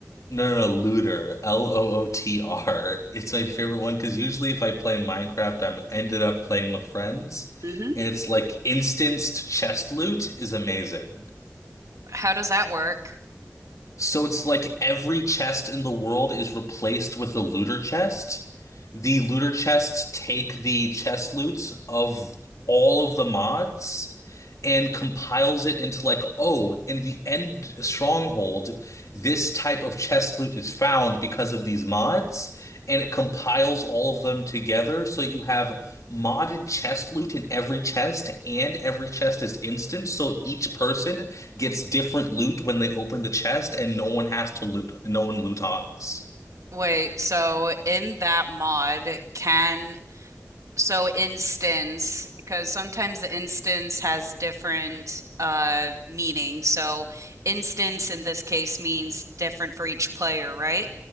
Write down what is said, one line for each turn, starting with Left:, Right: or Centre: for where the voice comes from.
Left: No, no, no, looter. L-O-O-T-R. It's my favorite one because usually if I play Minecraft, I'm ended up playing with friends,
Right: hmm
Left: and it's like instanced chest loot is amazing.
Right: How does that work?
Left: So it's like every chest in the world is replaced with a looter chest. The looter chests take the chest loots of all of the mods and compiles it into like, oh, in the end stronghold, this type of chest loot is found because of these mods, and it compiles all of them together so you have modded chest loot in every chest, and every chest is instant, so each person gets different loot when they open the chest, and no one has to loot. No one loot hogs.
Right: Wait, so in that mod, can So instance, because sometimes the instance has different uh meanings. So instance in this case means different for each player, right?